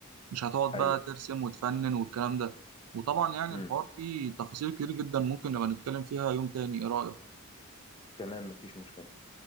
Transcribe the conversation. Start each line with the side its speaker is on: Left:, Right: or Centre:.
Right: مش هتقعد
Left: ايوه
Right: بقى ترسم وتفنن والكلام ده وطبعا يعني
Left: امم
Right: الحوار فيه تفاصيل كتير جدا ممكن نبقى نتكلم فيها يوم تاني ايه رايك
Left: تمام مفيش مشكله